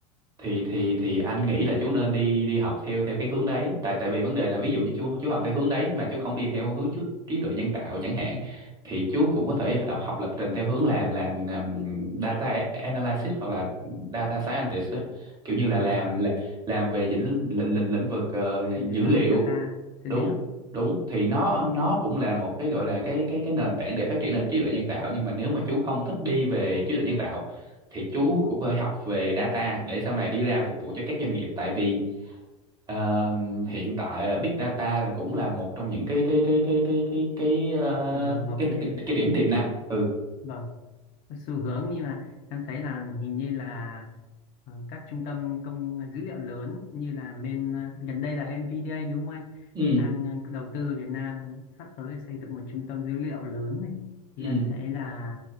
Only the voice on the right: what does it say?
thì thì thì anh nghĩ là chú nên đi đi học theo theo cái hướng đấy tại tại vì vấn đề là ví dụ như chú chú học theo hướng đấy mà chú không đi theo hướng chú trí tuệ nhân tạo chẳng hạn thì chú cũng có thể đọc học lập trình theo hướng làm làm, làm data analysis hoặc là data scientist á. kiểu như là
làm
là- làm về lĩnh lĩnh lĩnh lĩnh vực ờ,
dữ
liệu
đúng
đúng thì nó nó cũng là một cái gọi là cái cái cái nền tảng để phát triển lên trí tuệ nhân tạo nhưng mà nếu mà chú không thích đi về trí tuệ nhân tạo thì chú cũng phải học về data để sau này đi ra phục vụ cho các doanh nghiệp tại vì ờ, hiện tại là big data là cũng là một trong những cái cái cái cái cái cái cái ờ,
cái,
cái, cái điểm tiềm năng ừ
ừ
ừ